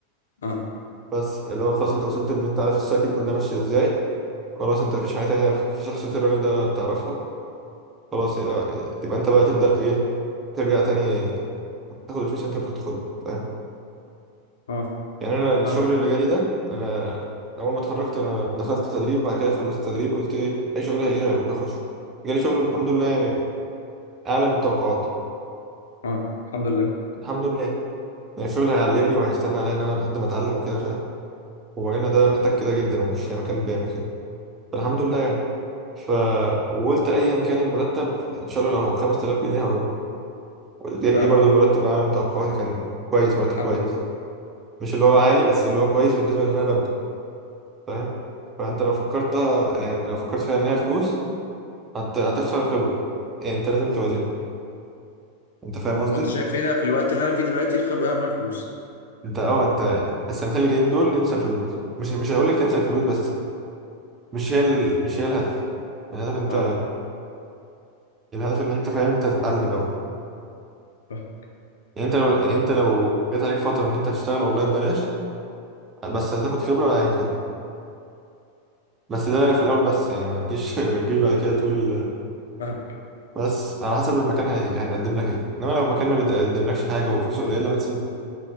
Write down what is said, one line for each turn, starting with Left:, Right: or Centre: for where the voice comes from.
Left: اه
Right: بس اللي هو خلاص انت وصلت ان انت عارف السايكل كلها ماشيه ازاي خلاص انت مفيش حاجه تانية في شخصيه الراجل ده تعرفها خلاص آه، تبقى انت بقى تبدأ ايه ترجع تاني تاخد الفلوس اللي انت المفروض تاخدها فاهم
Left: اه
Right: يعني انا الشغل
Left: فاهم
Right: اللي جالي ده انا اول ما اتخرجت انا دخلت تدريب بعد كده خلصت تدريب قلت ايه اي شغل هيجي لي هروح اخش جالي شغل الحمد لله يعني اعلى من توقعاتي
Left: اه الحمد لله
Right: الحمد لله يعني الشغل هيعلمني وهيستنى عليا ان انا لحد ما اتعلم وكده فاهم ومجالنا ده محتاج كده جدا ومش اي مكان بيعمل كده فالحمد لله يعني ف وقلت ايا كان المرتب ان شاء الله لو 5000 جنيه هروح جه
Left: فاهم
Right: برضه المرتب اعلى من توقعاتي كان كويس مرتب
Left: الحمد
Right: كويس
Left: لله
Right: مش اللي هو عالي بس اللي هو كويس بالنسبة لان انا ببدأ فاهم فانت لو فكرت يعني لو فكرت فيها ان هي فلوس هت... هتخسر خبرة يعني انت لازم توازنها انت فاهم
Left: وانت
Right: قصدي
Left: شايف هنا في الوقت اللي انا فيه دلوقتي الخبره اهم من الفلوس
Right: انت اه انت السنتين اللي جايين دول انسى الفلوس مش مش هقول لك تنسى الفلوس بس مش هي ال... مش هي الهدف الهدف انت
Left: اه
Right: الهدف ان انت فاهم انت تتعلم الاول
Left: فاهم
Right: يعني انت لو يعني انت لو جات عليك فترة ان انت هتشتغل والله ببلاش بس هتاخد خبرة يعني كده بس ده في الاول بس يعني ما تجيش <laughs> ما تجيش بعد كده تقول
Left: فاهمك
Right: بس على حسب المكان هي- هيقدم لك ايه انما لو المكان ما بيقدملكش حاجه وفلوسه قليله لا سيبه